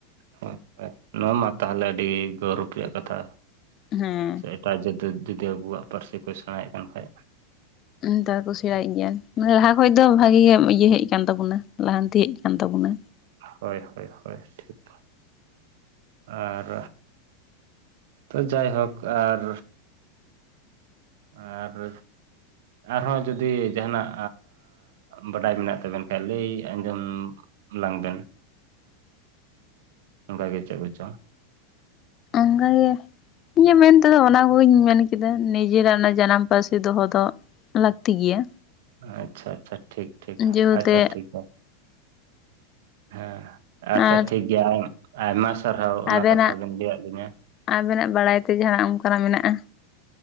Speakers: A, on the right (about 60°); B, on the left (about 35°).
A: ᱦᱚᱭ ᱦᱚᱭ ᱱᱚᱣᱟ ᱢᱟ ᱛᱟᱦᱞᱮ ᱟᱹᱰᱤ ᱜᱚᱨᱚᱵᱽ ᱨᱮᱭᱟᱜ ᱠᱟᱛᱷᱟ
B: ᱦᱮᱸ
A: ᱥᱮ ᱮᱴᱟᱜ ᱡᱟᱹᱛ ᱡᱩᱫᱤ ᱟᱵᱩᱣᱟᱜ ᱯᱟᱹᱨᱥᱤ ᱠᱚ ᱥᱮᱬᱟᱭᱮᱫ ᱠᱟᱱ ᱠᱷᱟᱡ
B: ᱱᱮᱛᱟᱨ ᱠᱚ ᱥᱮᱬᱟᱭᱮᱫ ᱜᱮᱭᱟ ᱢᱟᱱᱮ ᱞᱟᱦᱟ ᱠᱷᱚᱡ ᱫᱚ ᱵᱷᱟᱹᱜᱤ ᱜᱮ ᱤᱭᱟᱹ ᱦᱮᱡ ᱠᱟᱱ ᱛᱟᱵᱩᱱᱟ ᱞᱟᱦᱟᱱᱛᱤ ᱦᱮᱡ ᱟᱠᱟᱱ ᱛᱟᱵᱩᱱᱟ
A: ᱦᱚᱭ ᱦᱚᱭ ᱦᱚᱭ ᱴᱷᱤᱠ ᱟᱨ ᱛᱚ ᱡᱟᱭᱦᱚᱠ ᱟᱨ ᱟᱨ ᱟᱨᱦᱚᱸ ᱡᱩᱫᱤ ᱡᱟᱦᱟᱱᱟᱜ ᱵᱟᱰᱟᱭ ᱢᱮᱱᱟᱜ ᱛᱟᱵᱮᱱ ᱠᱷᱟᱡ ᱞᱟᱹᱭ ᱟᱸᱡᱚᱢ ᱞᱟᱝ ᱵᱮᱱ ᱚᱱᱠᱟᱜᱤ ᱪᱮᱫ ᱠᱚᱪᱚ
B: ᱚᱝᱠᱟ ᱜᱮ ᱤᱧᱟᱹᱜ ᱢᱮᱱᱛᱮᱫᱚ ᱚᱱᱟ ᱠᱚᱜᱮᱧ ᱢᱮᱱ ᱠᱮᱫᱟ ᱱᱤᱡᱮᱨᱟᱜ ᱚᱱᱟ ᱡᱟᱱᱟᱢ ᱯᱟᱹᱨᱥᱤ ᱫᱚᱦᱚ ᱫᱚ ᱞᱟᱠᱛᱤ ᱜᱮᱭᱟ
A: ᱟᱪᱪᱷᱟ ᱟᱪᱪᱷᱟ ᱴᱷᱤᱠ ᱴᱷᱤᱠ
B: ᱡᱮᱦᱮᱛᱮ
A: ᱟᱪᱪᱷᱟ ᱴᱷᱤᱠ ᱦᱮᱸ ᱟᱪᱪᱷᱟ
B: ᱟᱨ
A: ᱴᱷᱤᱠ ᱜᱮᱭᱟ ᱟᱭᱢᱟ ᱥᱟᱨᱦᱟᱣ ᱚᱱᱟ
B: ᱟᱵᱮᱱᱟᱜ
A: ᱠᱟᱛᱷᱟ ᱵᱮᱱ ᱞᱟᱹᱭᱟᱫ ᱞᱤᱧᱟ
B: ᱟᱵᱮᱱᱟᱜ ᱵᱟᱲᱟᱭ ᱛᱮ ᱡᱟᱦᱟᱱᱟᱜ ᱚᱱᱠᱟᱱᱟᱜ ᱢᱮᱱᱟᱜᱼᱟ